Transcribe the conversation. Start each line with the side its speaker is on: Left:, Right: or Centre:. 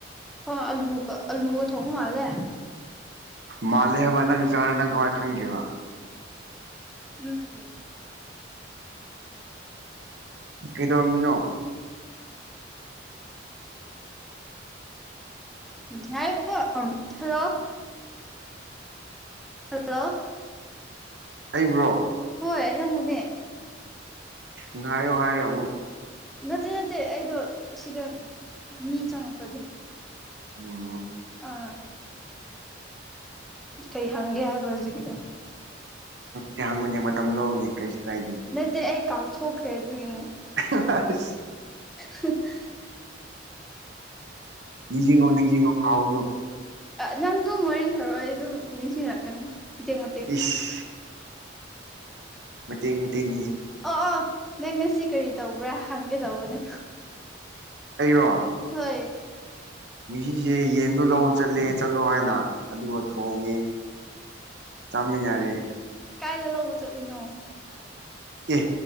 Centre: ꯍꯣꯏ ꯑꯜꯂꯨ ꯑꯂꯨ ꯊꯣꯡꯎ ꯃꯥꯂꯦ
Right: ꯃꯥꯜꯂꯦ ꯍꯥꯏꯕ ꯅꯪ ꯆꯥꯔ ꯅꯪ ꯀꯃꯋꯥꯥꯏ ꯈꯪꯒꯦꯕ
Centre: ꯎꯝ
Right: ꯀꯗꯧꯃꯤꯉꯣ
Centre: ꯍꯥꯏꯔꯤꯕ ꯍꯜꯂꯣ ꯍꯜꯂꯣ
Right: ꯑꯩꯕ꯭ꯔꯣ
Centre: ꯍꯣꯏ ꯅꯡ ꯕꯨ ꯅꯦ
Right: ꯉꯥꯏꯌꯣ ꯍꯥꯏꯔꯣ ꯑꯃꯨꯛ
Centre: ꯅꯠꯇꯦ ꯅꯠꯇꯦ ꯑꯩꯗꯣ ꯁꯤꯗ ꯃꯤ ꯆꯪꯉꯛꯄꯗꯨ
Right: ꯎꯝ
Centre: ꯑ ꯀꯩ ꯍꯪꯦ ꯍꯥꯏꯕ꯭ꯔꯣꯖꯤ ꯀꯗ
Right: ꯍꯪ ꯍꯪꯅꯤ ꯃꯇꯝꯝ ꯂ ꯂꯧꯅꯤꯅꯦ ꯀꯩꯁꯤ ꯀꯥꯏꯗꯦ
Centre: ꯅꯠꯇꯦ ꯑꯩ ꯀꯥꯎꯊꯣꯛꯈ꯭ꯔꯦꯗꯣꯏꯏꯅꯦ
Right: ꯑ
Centre: <unintelligible>
Right: ꯅꯤꯡꯖꯦꯒꯣ
Centre: ꯎꯝ
Right: ꯅꯤꯡꯖꯦꯒꯣ ꯍꯥꯎꯅꯣ
Centre: ꯅꯪ ꯑꯗꯨꯝ ꯋꯥꯔꯤ ꯁꯥꯔꯑꯣ ꯑꯩ ꯑꯗꯨꯝ ꯅꯤꯡꯁꯤꯡꯔꯛꯀꯅꯤ ꯃꯇꯦꯛ ꯃꯇꯦꯛ
Right: ꯏꯁ ꯃꯇꯦꯡ ꯃꯤ ꯃꯇꯇꯦꯡ
Centre: ꯑꯣ ꯑꯣ ꯅꯪ ꯉꯁꯤ ꯀꯔꯤ ꯇꯧꯕ꯭ꯔꯥ ꯍꯪꯒꯦ ꯇꯧꯕꯅꯦ
Right: ꯑꯩꯔꯣ
Centre: ꯍꯣꯏ
Right: ꯃꯤꯁꯤꯁꯦ ꯌꯦꯟꯗꯣ ꯂ ꯆꯠꯂꯦ ꯆꯠꯂꯣ ꯍꯥꯏꯅ ꯑꯗꯨꯒ ꯊꯣꯡꯉꯦ ꯆꯥꯃꯤꯟꯅꯔꯦ
Centre: ꯀꯥꯏꯗ ꯂꯧꯕ ꯆꯠꯂꯤꯅꯣ
Right: ꯑꯦ